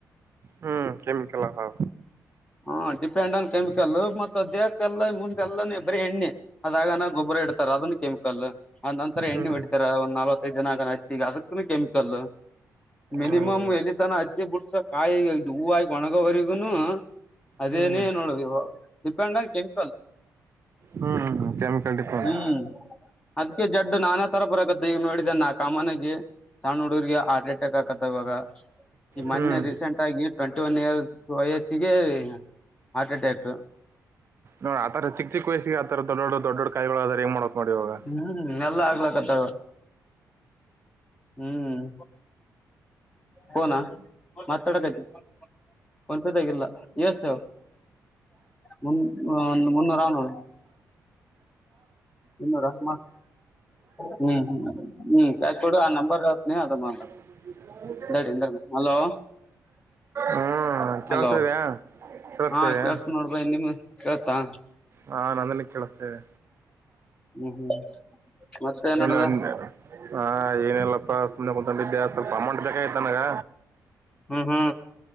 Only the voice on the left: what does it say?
ಹಾ ಡಿಪೆಂಡ್ ಆನ್ ಕೆಮಿಕಲ್ಲ ಮತ್ತ ದೇಹಕ್ಕೆಲ್ಲ ಮುಂದಗೆಲ್ಲ ಬರಿೀ ಎಣ್ಣೆ ಅದಾಗ ಗೋಬ್ಬರ ಇಡ್ತಾರೆ ಅದನ್ನ ಕೆಮಿಕಲ್ ಅ್ ನಂತರ
ಎಣ್ಣೆ ಹೊಿಡಿತಾರೆ ಒಂದ ನಲ್ವತ್ತೈದು ಜನ ಅದುನ್ನತಿ ಈಗ ಅದ ಅದುನು ಕೆಮಿಕಲ್ ಮಿನಿಮಮ್
ಎಲ್ಲಿ ತನ ಅಚ್ಚಿ ಬಿಡ್ಸ ಕಾಯಿ ಹೂವಿ ಆಗಿ ಒಣಗೋವರಿಗೂನು ಅದೇನೇ
ನೋಡ ಡಿಪೆಂಡ್ ಆನ್ ಕೆಮಿ
ಹ್ಮ್ ಅದ್ಕ್ಕೆ ಜಡ್ಡು ನಾನಾ ತರ ಬರಕತ್ತ ಈಗ ನೋಡಿದ್ದ ನಾ ಕಾಮನಗೆ ಸಣ್ಣ ಹುಡುಗರಿಗೆ ಹರ್ಟ್ ಅಟ್ಯಾಕ್ ಆಕತ್ತ ಇವಾಗ ಈ ಮೊನ್ನೆ
ರೀಸೆಂಟ್ ಆಗಿ ಟ್ವೆಂಟಿ ಒನ್ ಇಯರ್ಸ್ ವಯಸ್ಸಿಗೆ ಹಾರ್ಟ್ ಅಟ್ಯಾಕ್
ಹ್ಮ್ ಎಲ್ಲ ಆಗ್ಲಕ್ಕತ್ತದ ಹ್ಮ್ ಫೋನ ಮಾತಾಡಕತಿನಿ ಫೋನ್ ಪೆ ತಗಿಲ ಯುಎಸ್ ಮುನ್ನೂರ ನಾನೂರ ಇನ್ನೂರ ಮಾಡ್ತಿನಿ ಹ್ಮ್ ಹ್ಮ ಹ್ಮ್ ಕ್ಯಾಸ್ ಕೊಡು ಆ ನಂಬರ್ ಹೇಳ್ತೀನಿ ಅದ ಮಾಡ
ಎ ಹಲೋ
ಹಲೋ
ಹಾ
ಕೇಳ್ಸ್ತಾ ನೋಡ್ಬೇ ನಿಮ ಕೇಳ್ತಾ
ಹ್ಮ್ ಹ್ಮ್ ಮತ್ತೆ ಏನ್ ನಡದ
ಹ್ಮ ಹ್ಮ